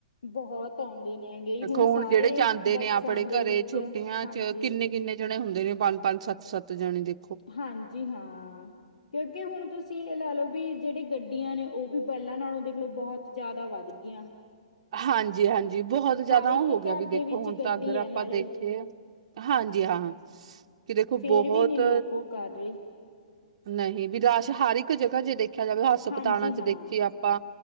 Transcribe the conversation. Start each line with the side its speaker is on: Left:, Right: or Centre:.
Left: ਬਹੁਤ ਆਦੇ ਨੇ ਗੇਏ
Right: ਦੇਖੋ
Left: ਹੁਣ ਸਾਰੇ
Right: ਜਿਹੜੇ ਜਾਂਦੇ
Left: ਬੱਸਾਂ
Right: ਨੇ ਆਪਣੇ
Left: ਦੇ
Right: ਘਰੇ
Left: ਵਿੱਚ
Right: ਛੁੱਟੀਆਂ
Left: ਹਾਂਜੀ।
Right: ਚ ਕਿੰਨੇ-ਕਿੰਨੇ ਜਣੇ ਹੁੰਦੇ ਨੇ ਪੰਜ ਸੱਤ-ਸੱਤ ਜਾਣੇ ਦੇ
Left: ਹਾਂਜੀ ਹਾਂ। ਕਿਉਂਕਿ ਹੁਣ ਤੁਸੀਂ ਇਹ ਲੈ ਲਓ, ਵੀ ਜਿਹੜੇ ਗੱਡੀਆਂ ਨੇ ਉਹ ਵੀ ਪਹਿਲਾਂ ਨਾਲੋਂ ਦੇਖ ਲੋ ਬਹੁਤ ਜ਼ਿਆਦਾ ਵੱਧ ਗਈਆਂ।
Right: ਹਾਂਜੀ-ਹਾਂਜੀ। ਜੀ ਬਹੁਤ ਜਿਆਦਾ
Left: ਹਰ ਇੱਕ
Right: ਉਹ ਹੋ
Left: ਘਰ
Right: ਗਿਆ ਵੀ ਦੇਖੋ
Left: ਦੇ ਵਿੱਚ
Right: ਹੁਣ
Left: ਗੱਡੀ
Right: ਤਾਂ ਅਗਰ ਆਪਾਂ
Left: ਹੈ ਨਾਲੇ
Right: ਦੇਖੀਏ, ਹਾਂਜੀ ਹਾਂ ਕਿ ਦੇਖੋ
Left: ਫੇਰ
Right: ਬਹੁਤ
Left: ਵੀ ਨੀ ਲੋਕ ਉਹ ਕਰ ਰਹੇ
Right: ਨਹੀਂ ਵੀ ਰਸ਼ ਹਰ ਇੱਕ ਜਗ੍ਹਾ ਜੇ ਦੇਖ ਦੇਖਿਆ ਜਾਵੇ ਹਸਪਤਾਲਾਂ
Left: ਹਾਂਜੀ
Right: 'ਚ
Left: ਹਾਂ
Right: ਦੇਖੀਏ ਆਪਾਂ,